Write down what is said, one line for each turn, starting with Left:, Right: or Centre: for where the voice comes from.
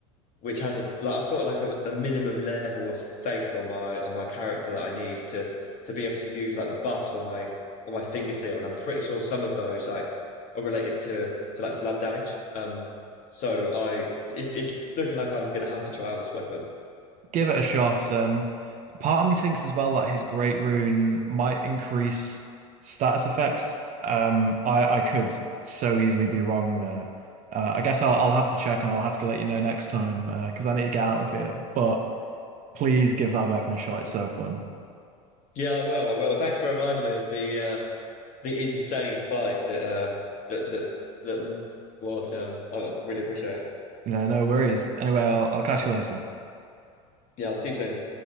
Left: which has a like I've got like a, a minimum level of faith on my on my character that I need to to be able to use like the buffs on my on my finger seal, and I'm pretty sure some of those like are related to to like blood damage. Um, so I it's it's looking like I'm gonna have to try out this weapon.
Right: give it a shot. Um, part of me thinks as well that his Great Rune might increase status effects. Um, I I could so easily be wrong there. Uh, I guess I'll I'll have to check and I'll have to let you know next time uh, because I need to get out of here. But please give that weapon a shot. It's so fun.
Left: Yeah, I will. I will. Thanks for reminding me of the uh the insane fight that uh that that that was. Um, I really appreciate it.
Right: No, no worries. Anyway, I'll I'll catch you later.
Left: Yeah, I'll see you soon.